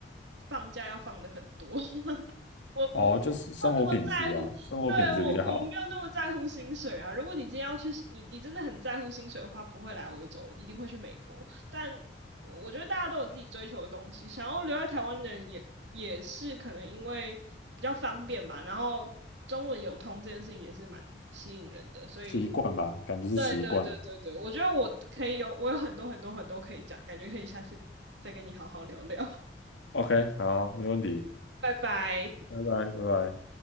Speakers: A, on the right; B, on the left.
A: 放假要放的很多。<laughs> 我我没有那么在乎，
B: 哦，就是生活品质啊，生活品质比较好，
A: 对，我我没有那么在乎薪水啊。如果你今天要去，你你真的很在乎薪水的话，不会来欧洲，一定会去美国。但我我觉得大家都有自己追求的东西，想要留在台湾的人也也是可能因为比较方便吧，然后中文有通这件事情也是蛮吸引人的，所以
B: 习惯吧，感觉是习惯。
A: 对对对对对，我觉得我可以有我有很多很多很多可以讲，感觉可以下次再跟你好好聊聊，
B: OK，好，没问题，
A: <laughs> 拜拜。
B: 拜拜，拜拜。